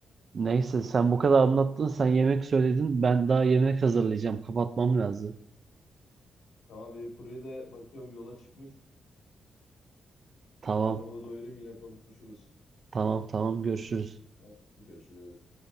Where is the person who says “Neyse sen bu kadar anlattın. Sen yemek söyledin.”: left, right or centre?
Right